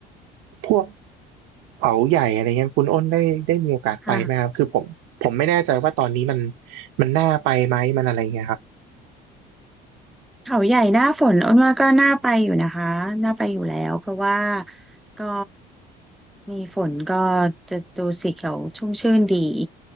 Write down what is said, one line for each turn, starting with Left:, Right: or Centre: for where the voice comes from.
Right: พวกเขาใหญ่อะไรเงี้ยคุณอ้นได้ได้มีโอกาสไปไหมครับคือผมผมไม่แน่ใจว่าตอนนี้มัน
Centre: ค่ะ
Right: มันน่าไปไหมมันอะไรเงี้ยครับ
Centre: เขาใหญ่หน้าฝนอ้นว่าก็น่าไปอยู่นะคะน่าไปอยู่แล้วเพราะว่าก็มีฝนก็จะดูสีเขียวชุ่มชื่นดี